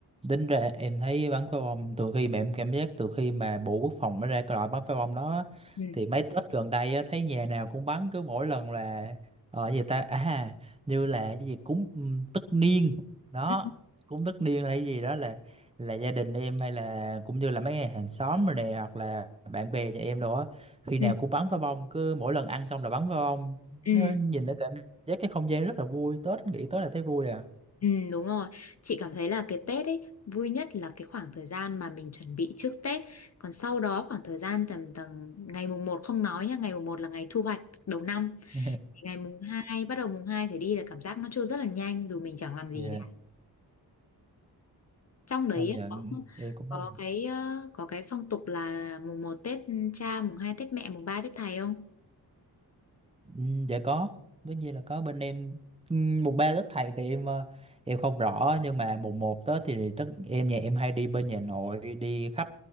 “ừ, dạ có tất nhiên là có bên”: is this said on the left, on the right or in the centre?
Right